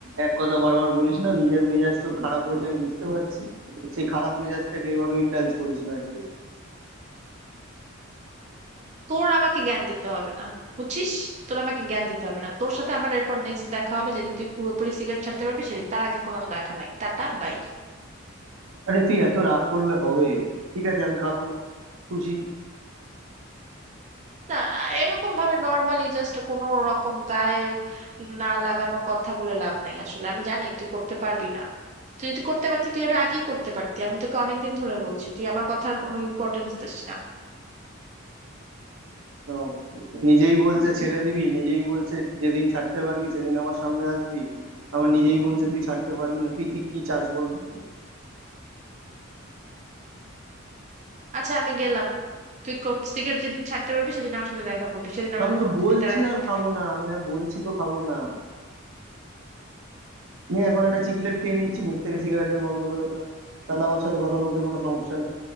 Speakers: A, on the right; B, on the right.
A: এক কথা বারবার বলিস না নিজের মেজাজ তোর খারাপ হয়েছে আমি বুঝতে পারছি সেই খারাপ মেজাজটাকে এভাবে ইন্ডালজ করিস না আর কি।
B: তোর আমাকে জ্ঞান দিতে হবে না বুঝছিস তোর আমাকে জ্ঞান দিতে হবে না তোর সাথে আমার এরপর নেক্সট দেখা হবে যেদিন তুই পুরোপুরি সিগারেট ছাড়তে পারবি সেদিন তার আগে কোনো দেখা নাই Tata bye
A: আরে তুই এত রাগ করলে হবে ঠিক আছে আমি খাবো না খুশি
B: না এরকম ভাবে নর্মালি জাস্ট কোনো রকম গায়ে না লাগানো কথা বলে লাভ নাই আসলে আমি জানি তুই করতে পারবি না তুই যদি করতে পারতি তুই এটা আগেই করতে পারতি আমি তোকে অনেকদিন ধরে বলছি তুই আমার কথার কোনো ইম্পর্টেন্স দিস না
A: তো নিজেই বলছে ছেড়ে দিবি নিজেই বলছে যেদিন ছাড়তে পারবি সেদিন আমার সামনে আসবি আমার নিজেই বলছে তুই ছাড়তে পারবি না তুই ঠিক কি চাস বল তো?
B: আচ্ছা আমি গেলাম তুই সিগারেট যেদিন ছাড়তে পারবি সেদিন আমার সাথে দেখা করবি সেদিন
A: তো
B: আমাকে
A: আমি তো
B: ফোন দিবি
A: বলছি
B: তার আগে
A: আর
B: ফোন
A: খাবো
B: দিবি না।
A: না আমি আর বলছি তো খাবো না নিয়ে এখন একটা চিকলেট খেয়ে নিচ্ছি মুখ থেকে সিগারেটের গন্ধ বেরোবে না তাহলে আমার সাথে কথা বলতে কোনো সমস্যা নেই